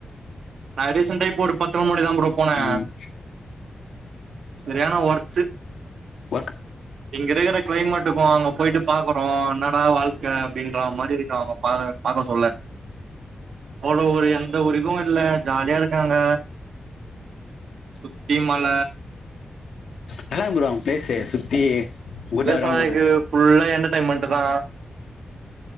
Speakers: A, on the right; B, on the left.
A: நா ரீசெண்டா இப்போ ஒரு பத்து நாள் முன்னாடி தா ப்ரோ போனே
B: ம்
A: சரியான ஒர்த்து
B: ஓ
A: இங்க இருக்குற கிளைமேட் டுக்கு அங்க போயிட்டு பாக்கறோ என்னா னா வாழ் க்க அப்டின்றா மாரி இருக்கு அவுங்க பா பாக்க சொல்ல அவ்ளோ ஒரு எந்த ஒரு இதுவு இல்ல ஜாலியா இருக்காங்க சுத்தியு மல
B: நல்லாருக்கு ப்ரோ அங்க பிளேஸு சுத்தி கூடாரம்
A: பிளேஸ் நல்லா இருக்கு ஃபுல்லா எண்டெர் டைன்மெண்ட்தா